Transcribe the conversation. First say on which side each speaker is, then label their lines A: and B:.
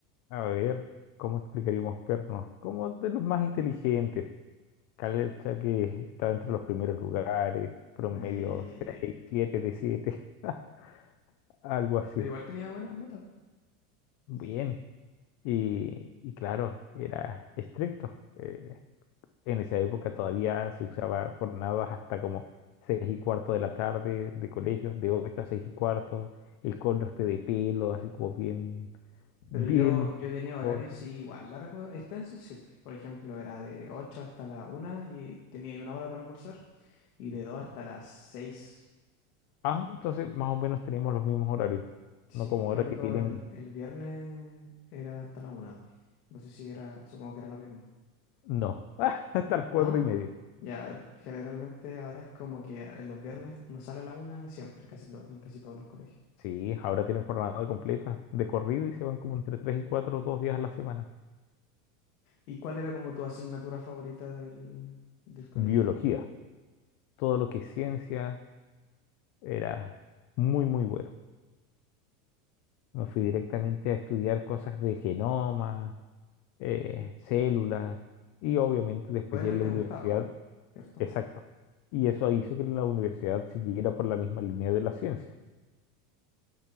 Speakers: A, on the left (about 30°); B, on the left (about 80°).
A: A ver, ¿cómo explicaríamos pernos? Como de los más inteligentes. Calecha que estaba entre los primeros lugares, promedio
B: Ay, ay, ay, ay,
A: 6,
B: ay.
A: 7 de 7, <laughs> algo así.
B: Pero igual tenía buenas notas.
A: Bien. Y, y claro, era estricto. Eh, en esa época todavía se usaba jornadas hasta como 6 y cuarto de la tarde de colegios, de 8 a 6 y cuarto, el corte de pelo, así como bien, bien
B: Pero yo, yo tenía horarios,
A: corto.
B: sí, igual largos, extensos, sí. Por ejemplo, era de 8 hasta la una y tenía ahí una hora para almorzar. Y de 2 hasta las seis
A: Ah, entonces más o menos tenemos los mismos horarios.
B: Sí,
A: No como
B: lo
A: ahora
B: único
A: que tienen.
B: el, el viernes era hasta la una No sé si era, supongo que era lo mismo.
A: No. <laughs> Hasta las cuatro
B: ¿No?
A: y media.
B: Ya, el- generalmente ahora es como que a- los viernes uno sale a la una siempre, casi todo, en casi todos los colegios.
A: Sí, ahora tienen jornada completa de corrido y se van como entre tres y cuatro, dos días a la semana.
B: ¿Y cuál era como tu asignatura favorita del, del colegio?
A: Biología. Todo lo que es ciencias era muy, muy bueno. Me fui directamente a estudiar cosas de genoma, eh, células y obviamente después
B: Bueno,
A: ya en
B: y te
A: la universidad.
B: gustaba, ¿cierto?
A: Exacto. Y eso hizo que la universidad siguiera por la misma línea de las ciencias.